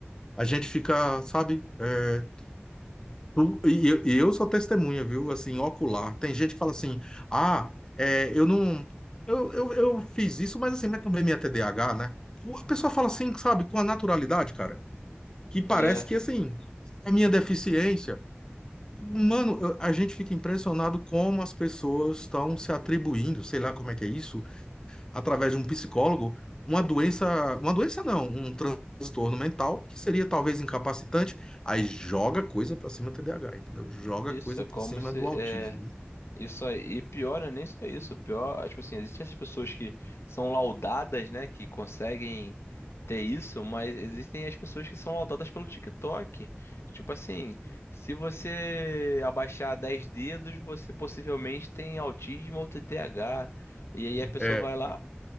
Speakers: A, on the left; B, on the left.
A: A gente fica, sabe? é, tu- e, eu e eu sou testemunha, viu? Assim, ocular. Tem gente que fala assim: ah, é, eu não. Eu, eu, eu fiz isso, mas assim, mas também minha TDAH, né? O- A pessoa fala assim, sabe? Com a naturalidade, cara, que parece
B: É,
A: que, assim, é minha deficiência. Mano, eu- a gente fica impressionado como as pessoas estão se atribuindo, sei lá como é que é isso, através de um psicólogo, uma doença, uma doença não, um transtorno mental que seria talvez incapacitante, aí joga coisa para cima do TDAH, entendeu? Joga
B: isso.
A: coisa
B: É como
A: para cima
B: se.
A: do autismo.
B: é Isso aí, e pior não é nem só isso, pior, é, tipo assim, existem essas pessoas que são laudadas, né, que conseguem ter isso, mas existem as pessoas que são laudadas pelo TikTok. Tipo assim, se você abaixar 10 dedos, você possivelmente tem autismo ou T D A H E aí a pessoa
A: É,
B: vai lá,